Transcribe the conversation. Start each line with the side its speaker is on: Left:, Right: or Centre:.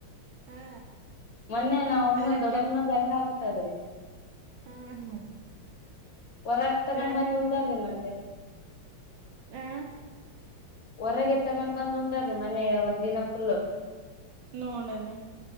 Right: ಹಾ
Left: ಮೊನ್ನೆ ನಾವ ಅಮ್ಮನ್
Right: ಅದ್ರಾಗ
Left: ದೊಡ್ಡಮ್ಮ್ ನೋಡ್ದಂಗ ಆ ಅದ್ರೀ
Right: ಹ್ಮ್
Left: ಹೊರಗ್ ತಗೊಂಡ್
Right: ಕರಾಗ
Left: ಬಂದ್ ಉಂಡಾರ್ರಿ ಮತ್ತೆ
Right: ಆ
Left: ಹೊರಗೆ ತಗೊಂಡ್ ಬ್ ಉಂಟ್ರೀ ಮನೆಯ ಒ ೀಿನಸುಲ್ಲ
Right: ನೋಡನ್ನೆ